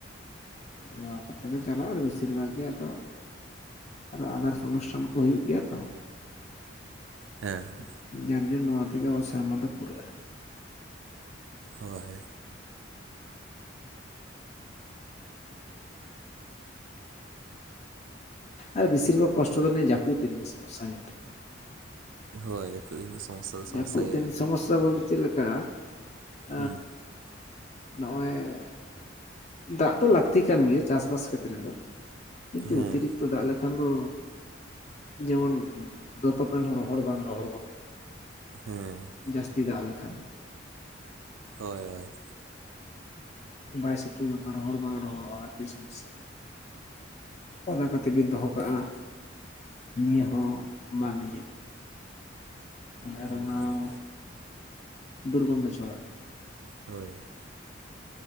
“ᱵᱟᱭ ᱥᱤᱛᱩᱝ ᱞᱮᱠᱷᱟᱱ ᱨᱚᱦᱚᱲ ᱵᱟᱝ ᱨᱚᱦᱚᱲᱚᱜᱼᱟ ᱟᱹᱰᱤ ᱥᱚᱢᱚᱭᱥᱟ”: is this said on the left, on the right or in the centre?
Left